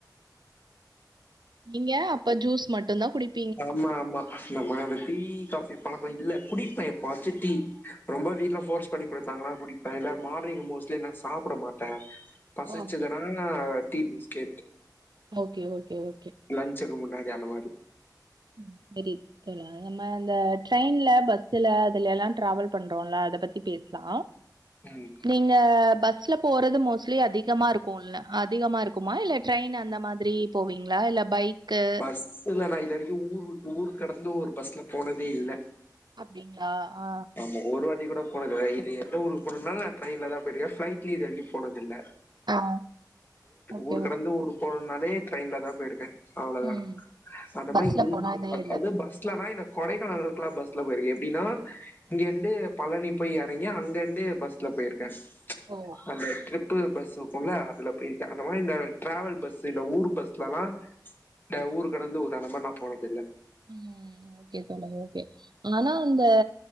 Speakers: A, on the right (about 75°); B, on the left (about 30°).
A: நீங்க அப்ப ஜூஸ் மட்டுந்தா குடிப்
B: ஆமா ஆமா இந்த மாரி டீ, காஃபி பழக்கோ இல்ல குடிப்பே எப்பவாச்சோ டீ, ரொம்ப வீட்ல ஃபோர்ஸ்ப் பண்ணி குடுத்தாங்கனா குடிப்பே இல்ல மார்னிங் மோஸ்ட்லி நா சாப்ட மாட்டே பசிச்சதுனா
A: ஓ
B: tea biscuit
A: okay okay okay
B: லஞ்சுக்கு முன்னாடி அந்த மாரி
A: ம் தெரிது தோழா நம்ம இந்த ட்ரெயின்ல பஸ்ல அதுல எல்லா டிராவல் பண்றோல அத பத்தி பேச்லா
B: ம்
A: நீங்க பஸ்ல போறது மோஸ்ட்லி அதிகமா இருக்குல்ல அதிகமா இருக்குமா இல்லட் ட்ரெயின் அந்த மாதிரி போவீங்ளா இல்ல பைக்கு
B: பஸ்சுல நா இது வரைக்கு ஊர் விட்டு ஊர் கடந்து ஒரு பஸ்ல போனதே இல்ல
A: அப்டிங்ளா ஆ
B: ஆமா ஒரு வாட்டி கூட போனதுல்ல இது எந்த ஊருக்கு போனுனாலு நா ட்ரயின்லதா போயிருக்கே பிளைட்லியு இது வரைக்கு போனதில்ல
A: ஆ ஓகே
B: ஊர் கடந்து
A: ஓகே
B: ஊருக்கு போணுன்னாலே ட்ரெயின்ல தா போயிருக்கே அவ்ளோதா
A: ம்
B: அந்த மாரி
A: பஸ்ல
B: இங்
A: போனா இதே இல்ல
B: அது பஸ்லனா எனக் கொடைக்கானலுக்லா பஸ்ல போயிருக்கு எப்டின்னா இங்க இருந்து பழனி போய் எறங்கி அங்க இருந்து பஸ்ல போயிருக்கே
A: ஓ
B: அந்த ட்ரிப்பு பஸ்சு இருக்குல்ல அதுல போயிருக்கஅந்த மாரி இந்த டிராவல் பஸ் இந்த ஊர் பஸ்ல எல்லா இந்த ஊர் கடந்து <unintelligible> மாரி நா போனதில்ல
A: ம் ஓகே தோழர் ஓகே ஆனா அந்த